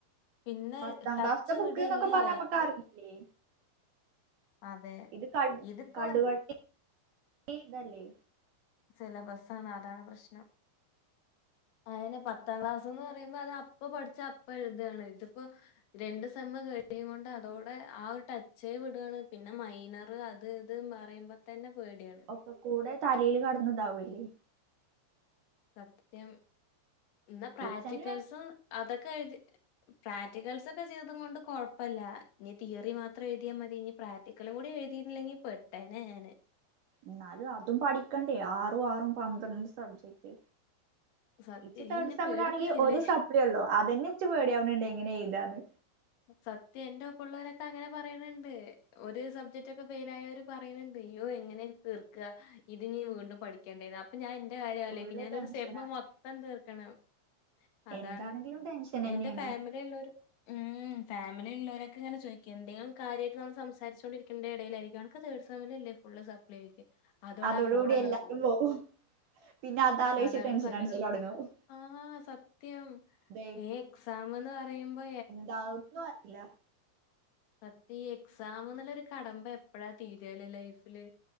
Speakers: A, on the left (about 75°); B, on the right (about 60°).
A: പിന്നെ
B: പത്താം
A: ടച്ച്
B: ക്ലാസ്സത്തെ ബുക്ക്
A: വിടല്ലേ
B: എന്നൊക്കെ പറഞ്ഞാ നമ്മുക്ക് അറിയും ലെ
A: അതെ
B: ഇത് കടു
A: ഇതിപ്പോ
B: കടുവട്ടി ഈ ഇതല്ലേ
A: സിലബസ ആണ് അതാണ് പ്രശ്നം ആയിെ പത്താം ക്ലാസ് എന്ന് പറയുമ്പോ അത് അപ്പ പഠിച്ച അപ്പ എഴുതയാണ് ഇതിപ്പോ രണ്ടു സെമം കഴി യും കൊണ്ട് അതോടെ ആ ഒരു ടച്ചേ വിടുകയാണ് പിന്നെ മൈനർ അത് ഇത് പറയുമ്പോ തന്നെ പേടിയാണ്
B: ഒക്കെകൂടെ തലയിൽ കടന്നതാവല്ലേ
A: സത്യം എന്നാ പ്രാക്ടിക്കൽസും
B: ഇച്ചന്നെ
A: അതൊക്കെ എഴതി പ്രാക്ടൽസ് ഒക്കെ ചെയ്ത കൊണ്ട് കൊഴപ്പല്ല ഇനി തിയറി മാത്രം എഴുതിയാൽ മതി ഇ പ്രാക്ടല കൂടെ അതുകൂടെ എഴുതിട്ടില്ലെങ്കി പെട്ടേന ഞാന്
B: എന്നാലും അതും പഠിക്കണ്ടേ ആറും ആറും പന്ത്രണ്ട് സബ്ജക്റ്റ്
A: സത്യം
B: ഇച്ച
A: ഇയ്യ് ഇന്നെ
B: ത് സമലം
A: പേടിപ്പിക്കല്ലേ
B: ആണെങ്കിൽ ഒരു സപ്ളിയ ഉള്ളോ അതന്നെ ഇച്ച പേടിയാവണണ്ട് എങ്ങനെയ എന്താണ്
A: സത്യ എന്റെ ഒപ്പമ ഉുള്ളവരൊക്കെ അങ്ങനെ പറയണണ്ട് ഒരു സബ്ജക്റ്റ് ഒക്കെ ഫെയിൽ ആയവര് പറയണണ്ട് അയ്യോ എങ്ങനെ തീർക്കുക ഇത് നീ വീണ്ടും പഠിക്കേണ്ടായി അപ്പൊ ഞാൻ ന്റെകാര്യം ആലോയിക്
B: ഫുള്ള്
A: ഞാനൊരു
B: ടെൻഷനാണ്
A: സെബ് മൊത്തം തീർക്കണം അതാണ്
B: എന്താണെങ്കിലും ടെൻഷൻ തന്നെയാണ്
A: എന്റെ ഫാമിലിള്ളരു ഫാമിലി ഉള്ളരൊക്കെങ്ങനെ ചോദിക എന്തെങ്കിലും കാര്യമായിട്ട് നമ്മ സംസാരിച്ചണ്ടിരിക്കണ്ട ഇടയിലായിരിക്കും അനക്ക് തേർഡ് സെമം അല്ലേ ഫുള്ള് സപ്ലൈ ആക്ക് അതോടെ
B: അതോടുകൂടി
A: ആ മോടങ്ങട്ട
B: എല്ലാരും
A: പോവും
B: പോകും പിന്നെ അതാലോചിച്ച്
A: അതാണ്
B: ടെൻഷൻ
A: സങ്കടം
B: അടിച്ചല് തുടങ്ങും
A: ആഹ സത്യം
B: ഇത്
A: ഏ എക്സാാംന്ന് പറയുമ്പോ
B: ഡൗട്ട് ഒന്നും വരത്തില്ല
A: സത്യ ഈ എക്സാം എന്നുള്ളരു കടമ്പ എപ്പഴാ തീരല്ലേ ലൈഫില്